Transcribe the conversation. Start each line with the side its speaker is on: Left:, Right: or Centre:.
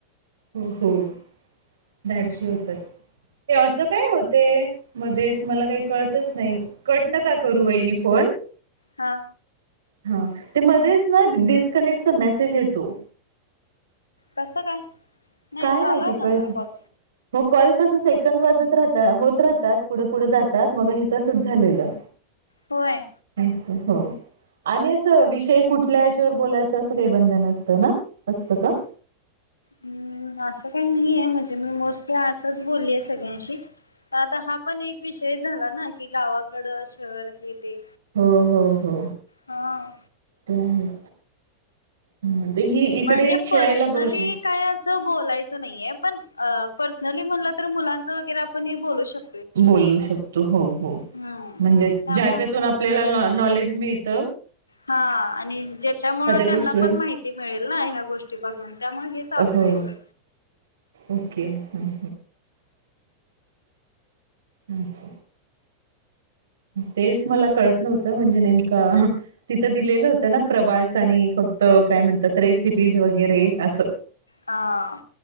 Right: हम्म हम्म. धाडशी होतात. ते असं काय होते मध्येच मला काही कळतच नाही. कट नका करू वहिणी फोन
Left: हा
Right: हा ते मध्येच ना डिस्कनेक्टचा मेसेज येतो.
Left: कसं काय? नाही
Right: काय
Left: चालू
Right: माहिती
Left: आहे ना
Right: कळत
Left: खरं
Right: नाही
Left: कॉल
Right: मग कॉल तसच ऐ वाजत राह होत राहतात पुढे पुढे जातात मग हे तसच झालेलं.
Left: होय
Right: <unintelligible> हो. आणि अस
Left: काय
Right: विषय कुठल्या तर बोलायच अस काही बंधन असतं ना, असत का?
Left: अम असं काही नाही. आहे म्हणजे मी मोस्टली असंच बोलली आहे. सगळ्यांशी तर आता हा पण एक विषय झाला ना की गावाकड शहर. ते
Right: हो हो हो
Left: हा.
Right: हं. हम्म. ते ही
Left: म्हणजे
Right: इकडे खेळायला
Left: पर्सनली
Right: बघत नाही
Left: काय असं बोलायच नाईये पण अ पर्सनली म्हणल तर मुलांच वगैरे आपण हे बोलू शकतो.
Right: बोलू शकतो हो हो
Left: हम्म
Right: म्हणजे
Left: त्यामुळं
Right: ज्याच्यातून आपल्याला नॉन नॉलेज मिळ त
Left: हा आणि ज्याच्या मुळ त्यांना
Right: गोष्टीवर
Left: पण माहिती पाहीलेना ह्या गोष्टी पाासून त्यामुळे हे चालतं
Right: हो
Left: एवढं
Right: ओके हं अस तेच मला कळत नव्हतं म्हणजे नेमका ह तिथं दिलेलं होतं ना प्रवास आणि फक्त काय म्हणतात रेसिपीज वगैरे असं
Left: हा.